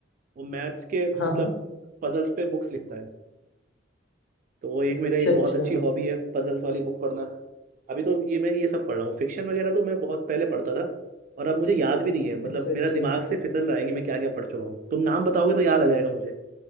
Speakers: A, on the right (about 45°); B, on the left (about 75°).
A: वो मैथ्स के
B: हाँ
A: मतलब
B: हाँ
A: पजल्स पे बुक्स लिखता है तो वो एक मेरा
B: अच्छा
A: एक
B: अच्छा
A: बहुत अच्छी हॉबी है पजल्स वाली बुक पढ़ना अभी तो ये मैं ये सब पढ़ रहा हूँ फिक्शन वगैरह तो मैं बहुत पहले पढ़ता था और अब मुझे याद भी नहीं है मतलब
B: अच्छा अच्छा
A: मेरा दिमाग से फिसल रहा है कि मैं क्या क्या पढ़ चुका हूँ तुम नाम बताओगे तो याद आ जाएगा मुझे